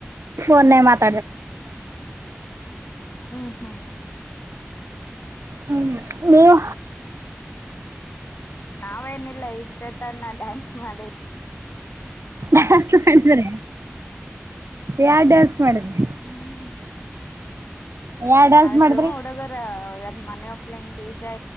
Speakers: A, on the right (about 90°); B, on the left (about 55°).
A: ಫೋನ್ನಾಗ ಮಾತಾಡ ಕತ್ತಿನಿ
B: ಹ್ಮ ಹ್ಮ್
A: ಹ್ಮ ನೀವು
B: ನಾವೇನಿಲ್ಲ ಇಷ್ಟ ತನ ಡ್ಯಾನ್ಸ್ ಮಾಡಿವಿ
A: ಡಾನ್ಸ್ ಮಾಡಿದ್ರಿ ಯಾ ಡ್ಯಾನ್ಸ್ ಮಾಡಿದ್ರಿ
B: ಹ್ಮ್ <unintelligible>
A: ಯಾವ ಡ್ಯಾನ್ಸ್
B: ಅದ್
A: ಮಾಡಿದ್ರಿ
B: ಮನೆ ಓಪ್ಲಿಂಗ್ ಡಿ ಜೆ